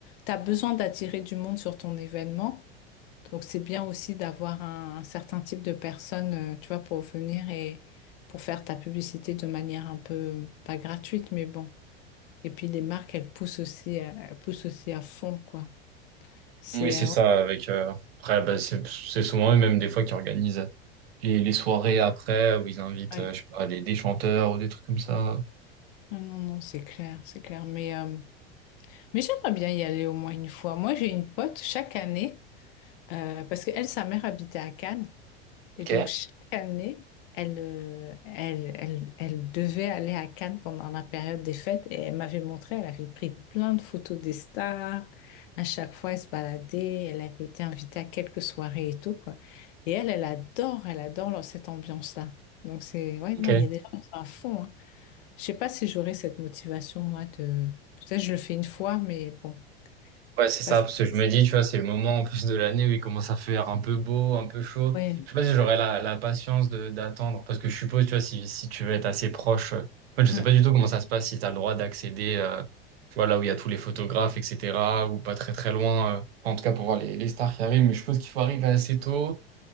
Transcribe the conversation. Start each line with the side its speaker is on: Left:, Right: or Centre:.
Left: tu as besoin d'attirer du monde sur ton événement. Donc c'est bien aussi d'avoir un, un certain type de personnes, euh, tu vois, pour venir et pour faire ta publicité de manière un peu pas gratuite, mais bon. Et puis les marques, elles poussent aussi, euh, elles poussent aussi à fond, quoi. C'est
Right: Oui, c'est ça,
Left: euh, ouais.
Right: avec euh, après bah, c'est c'est souvent eux même des fois qui organisent les, les soirées après où ils invitent
Left: Ouais.
Right: euh, je sais pas, des, des chanteurs ou des trucs comme ça.
Left: Ah Non, non, c'est clair, c'est clair. Mais, euh, mais j'aimerais bien y aller au moins une fois. Moi, j'ai une pote chaque année, euh, parce qu'elle, sa mère habitait à Cannes. Et
Right: Ok.
Left: donc, chaque année, elle, euh, elle, elle, elle devait aller à Cannes pendant la période des fêtes et elle m'avait montré, elle avait pris plein de photos des stars. À chaque fois, elle se baladait, elle avait été invitée à quelques soirées et tout, quoi. Et elle, elle adore, elle adore leur- cette ambiance-là. Donc, c'est, ouais, non,
Right: Ok.
Left: il y a des gens qui sont à fond, hein. Je sais pas si j'aurais cette motivation, moi, de, peut-être je le fais une fois, mais bon,
Right: Ouais, c'est
Left: je sais pas
Right: ça,
Left: si,
Right: parce que je me dis, tu vois, c'est le moment en plus de l'année où il commence à faire un peu beau, un peu chaud.
Left: ouais,
Right: Je sais pas si j'aurais la, la patience de d'attendre, parce que je suppose, tu vois, si, si tu veux être assez proche, euh, en fait, je sais
Left: ouais.
Right: pas du tout comment ça se passe, si tu as le droit d'accéder, euh, tu vois, là où il y a tous les photographes, etc., ou pas très très loin, euh, enfin, en tout cas pour voir les, les stars qui arrivent, mais je suppose qu'il faut arriver assez tôt.